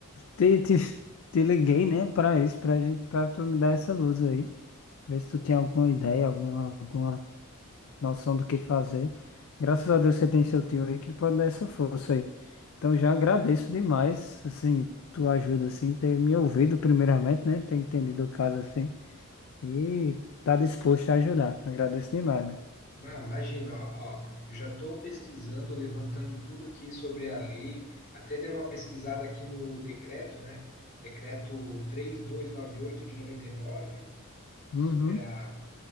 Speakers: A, on the left; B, on the left.
A: te, te, te liguei, né, para isso, para gente, para tu me dar essa luz aí. Ver se tu tem alguma ideia, alguma, alguma noção do que fazer. Graças a Deus você tem seu tio aí que pode dar essa força aí. Então, já agradeço demais, assim, tua ajuda, assim, ter me ouvido primeiramente, né, ter entendido o caso, assim, e tá disposto a ajudar. Agradeço demais, né?
B: Não, imagina, ó, ó, eu já estou pesquisando, levantando tudo aqui sobre a lei, até dei uma pesquisada aqui no decreto, né? Decreto três mil duzentos e noventa e oito de 99
A: Uhum.
B: sobre a,